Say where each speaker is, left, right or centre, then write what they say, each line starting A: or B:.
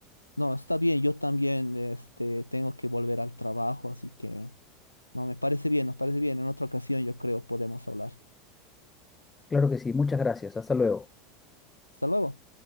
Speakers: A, on the left; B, on the left.
A: No, está bien, yo también este, tengo que volver al trabajo, así que no, me parece bien, nos parece bien. En otra ocasión yo creo podemos hablar.
B: Claro que sí, muchas gracias. Hasta luego.
A: Hasta luego.